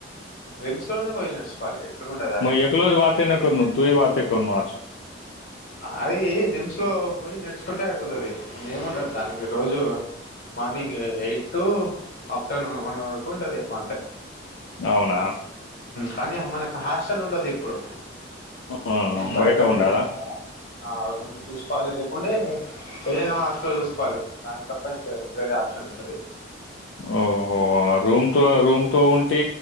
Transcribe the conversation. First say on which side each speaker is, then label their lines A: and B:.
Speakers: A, on the left; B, on the left.
A: రిమ్స్ లోనే పోయి నేర్చుకోవాలి ఎక్కడ ఉండదు అది
B: మే ఎలోనో వాతే నోకర్నా తు వాతే కర్నో
A: అది రిమ్స్ లో పోయి నేర్చుకుంటే అయిపోతది ఏముంటది దానికి రోజు morning eight to afternoon one వరకు ఉంటది ఏమ్మో అంతే
B: అవునా
A: కానీ మనకు హాస్టల్ ఉండదు ఇప్పుడు
B: ఆ,
A: బయటనే
B: బయట ఉండాలా
A: ఉండదా ఆ రూమ్ చూసుకోవాలి లేకుంటే ఏదైనా హాస్టల్ చూసుకోవాలి దాని తప్ప ఇంకా వెరీ ఆప్షన్ ఉండయి
B: ఓఓ ఓ అ రూమ్ టు రూమ్ టు ఉంటే